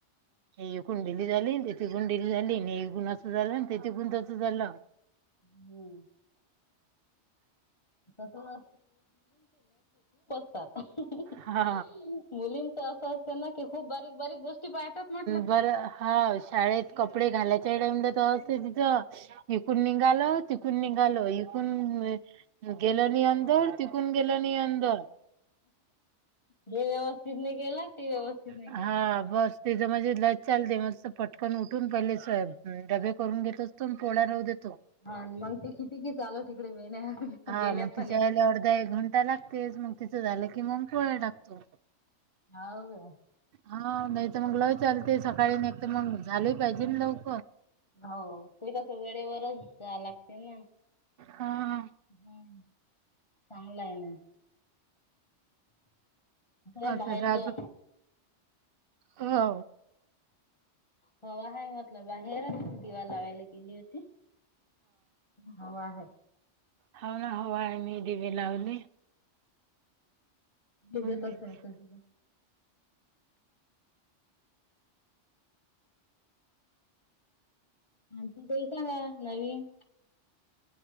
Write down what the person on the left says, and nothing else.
हम्म. तसंच मुलीं
तर असं असतं ना की खूप बारीक बारीक गोष्टी पाहतात म्हटलं
ते.
हं,
जे व्यवस्थित नाही केलं ते व्यवस्थित नाही
केलं
हा मग ते किती की चालू तिकडे वेण्या
वेण्या
फण्या.
हाव
हो ते कस वेळेवरच जा लागते ना
हम् चांगलं आहे ना ह
बाहेर
त
हो आहे म्हटलं बाहेरच दिवा लावायला गेली होती हो आहे
भिजत
आहे त तला आणि त तेही सांगा नवीन